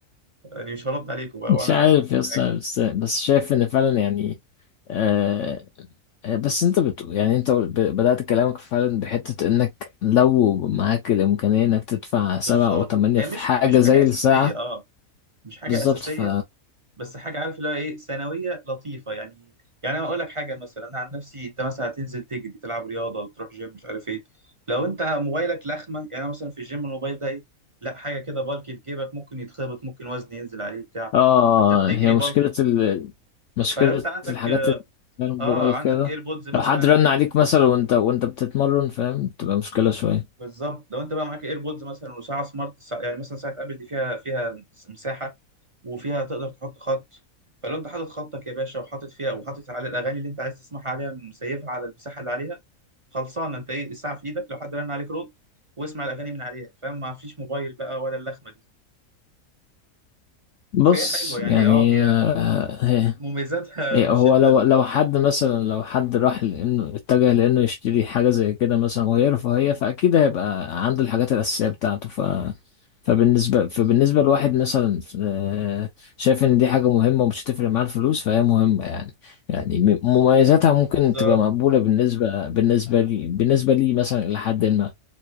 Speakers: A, on the right; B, on the left.
A: يعني مش هرد عليكم بقى
B: مش
A: وانا
B: عارف
A: بعمل
B: يا اسطى
A: حاجة.
B: بس بس شايف ان فعلا يعني آه، آه، بس انت بت... يعني انت ب- بدأت كلامك فعلا بحتة انك لو معاك الامكانية انك تدفع سبعة
A: بالظبط
B: او تمانية
A: هي
B: في
A: مش
B: حاجة
A: مش
B: زي
A: حاجه
B: الساعة
A: اساسيه اه مش حاجه
B: بالظبط
A: اساسيه
B: ف
A: بس حاجه عارف اللي هو ايه ثانويه لطيفه يعني يعني انا اقول لك حاجه مثلا انا عن نفسي انت مثلا هتنزل تجري تلعب رياضه تروح جيم مش عارف ايه لو انت موبايلك لخمه يعني أنا مثلا في الجيم الموبايل ده ايه لا حاجه كده بالكي في جيبك ممكن يتخبط ممكن وزن ينزل عليه بتاع
B: اه
A: وانت بتجري
B: هي مشكلة
A: برضه
B: ال... مشكلة
A: فلو انت عندك
B: الحاجات اللي زي الموبايل
A: اه عندك
B: كده
A: ايربودز مثلا
B: لو حد رن عليك مثلا وانت وانت بتتمرن فاهم تبقى مشكلة شوية
A: بالظبط لو انت بقى معاك ايربودز مثلا وساعه سمارت ساعة يعني مثلا ساعه ابل دي فيها فيها مساحه وفيها تقدر تحط خط فلو انت حاطط خطك يا باشا وحاطط فيها وحاطط على الاغاني اللي انت عايز تسمعها عليها مسيفها على المساحه اللي عليها خلصان انت ايه الساعه في ايدك لو حد رن عليك رد واسمع الاغاني من عليها فاهم ما فيش موبايل بقى ولا اللخمه دي
B: بص
A: فهي حلوه يعني
B: يعني
A: اه هي
B: آه،
A: مميزاتها
B: إيه
A: مش
B: هو
A: ال...
B: لو لو حد مثلا لو حد راح لانه اتجه لانه يشتري حاجه زي كده مثلا وهي رفاهيه فاكيد هيبقى عنده الحاجات الاساسيه بتاعته ف فبالنسبه فبالنسبه لواحد مثلا آه، شايف ان دي حاجه مهمه ومش هتفرق معاه الفلوس فهي مهمه يعني يعني م- مميزاتها ممكن
A: بالظبط
B: تبقى مقبوله بالنسبه بالنسبه لي بالنسبه لي مثلا الى حد ما